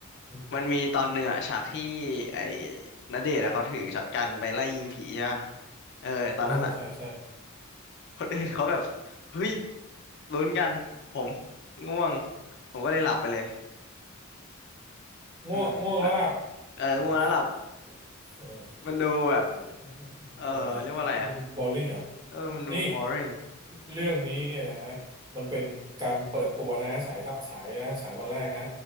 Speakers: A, on the right; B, on the left.
A: อม
B: มันมีตอนหนึ่งอะฉากที่ไอ้ณเดชน์อะเขาถือช็อตกันไปไล่ยิงผีใช่ป่ะเออตอนนั้นอะ
A: อ่าใช่ใช่
B: คนอื่นเขาแบบเฮ้ยลุ้นกันผมง่วงผมก็เลยหลับไปเลย
A: ง่วงง่วงแล้วหลับ
B: อืมแล้วเออง่วงแล้วหลับ
A: เออเออ
B: มันดูแบบ
A: โอเค <laughs> มันดูอะไรมันดูบอลลิงเหรอ
B: เออเรียกว่าอะไรอะเออมันดู
A: นี่
B: boring
A: เรื่องนี้เนี่ยนะมันเป็นการเปิดตัวนะฉายทัฉายนะฉายวันแรกนะ